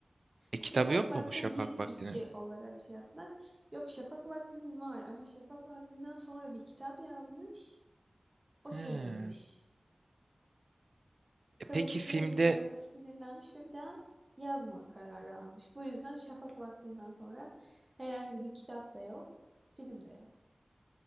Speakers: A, on the right; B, on the right.
A: E kitabı
B: Şafak
A: yok
B: Vakti
A: mu bu Şafak
B: bir
A: Vakti'nin?
B: iki olarak şey yaptılar. Yok Şafak Vakti'nin var ama Şafak Vakti'nden sonra bir kitap yazmış. O
A: He.
B: çalınmış. Kadın
A: E, peki
B: bu sırrın
A: filmde
B: duruma sinirlenmiş ve bir daha yazma kararı almış. Bu yüzden şafak vaktinden sonra herhangi bir kitap da yok, film de yok.